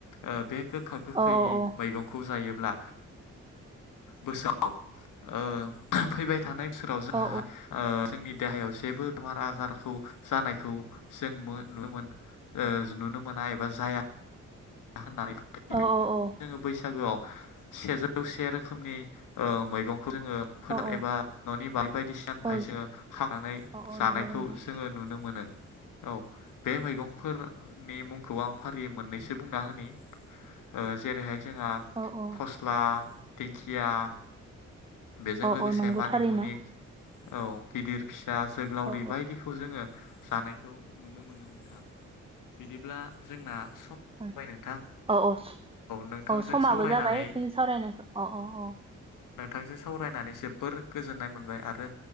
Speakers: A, on the left; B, on the right.
A: ओ बे गोखा गोखै
B: औ औ
A: मैगंखौ जायो ब्ला बोसोराव ओ फैबाय थांनाय बोसोराव जोंहा
B: औ
A: ओ जोंनि देहायाव जेबो बेमार आजारखौ जानायखौ जों नुनो मोन ओ नुनो मोना एबा जाया होनानै
B: औ
A: बेनि <unintelligible>
B: औ
A: जोङो बैसागोआव सेजौसे रोखोमनि ओ मैगं बेखौ जोङो फोथार
B: औ
A: एबा न'नि बारि बायदिसिनानिफ्राय
B: औ
A: जोङो खांनानै
B: औ औ
A: जानायखौ
B: नंगौ नोंथां
A: जोङो नुनो मोनो। औ बे मैगंफोरनि मुंखौ आं फारियै मोननैसो बुंना होनि ओ जेरैहाय जोंहा
B: औ औ
A: फस्ला दिंखिया बेजों
B: औ
A: लोगोसे
B: औ नंगौ
A: मानिमुनि
B: थारैनो
A: औ गिदिर फि सा जोग्लावरि
B: औ
A: बायदिखौ जोङो जानायखौ नुनो मोनो नोंथां बिदिब्ला जोंना सम
B: उम
A: जाबाय नोंथां
B: औ औ
A: नोंथांजों
B: औ समाबो
A: सावरायनानै
B: जाबाय जोंनि सावरायनायखौ औ औ औ।
A: नोंथांजों सावरायनानै जोबोर गोजोन्नाय मोनबाय आरो